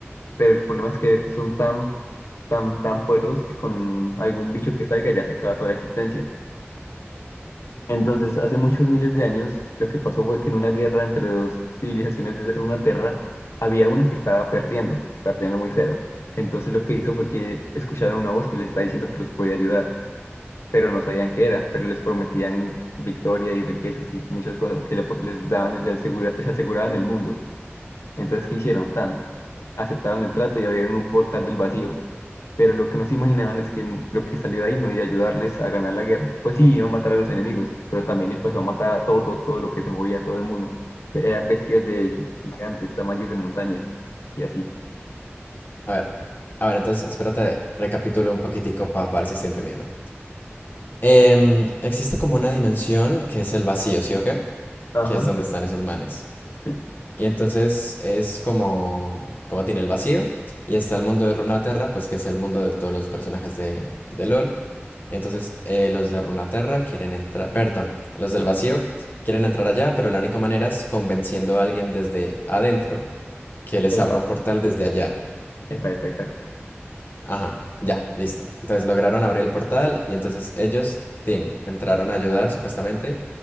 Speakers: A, on the left; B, on the left.
A: pero el problema es que son tan, tan, tan poderosos que con algún bicho que salga ya se acaba toda la existencia. Entonces, hace muchos miles de años, lo que pasó fue que en una guerra entre dos civilizaciones de Runaterra, había una que estaba perdiendo, perdiendo muy feo. Entonces, lo que hizo fue que escucharon una voz que les está diciendo que los podía ayudar, pero no sabían qué era, pero les prometían victoria y riquezas y muchas cosas que le- les daban, les, asegura- les aseguraban el mundo. Entonces, ¿qué hicieron? Tan, aceptaron el trato y abrieron un portal del vacío pero lo que no se imaginaban es que lo que salió de ahí no iba a ayudarles a ganar la guerra. Pues sí, iba a matar a los enemigos, pero también empezó a matar a todo, todo lo que se movía, a todo el mundo. Eran bestias de gi- gigantes, tamaños de montañas y así.
B: a ver, a ver, entonces espérate, recapitulo un poquitico para ver si estoy entendiendo. Em, existe como una dimensión que es el vacío, ¿sí o qué?
A: Ajá,
B: Que es donde están esos manes.
A: sí.
B: Y entonces es como, como tiene el vacío y está el mundo de Runaterra, pues que es el mundo de todos los personajes de, de LOL. Y entonces eh, los de Runaterra quieren entrar, perdón, los del vacío quieren entrar allá, pero la única manera es convenciendo a alguien desde adentro que les
A: Epa,
B: abra un portal desde allá.
A: epa, epa, exacto.
B: Ajá, ya, listo. Entonces lograron abrir el portal y entonces ellos, tin, entraron a ayudar supuestamente,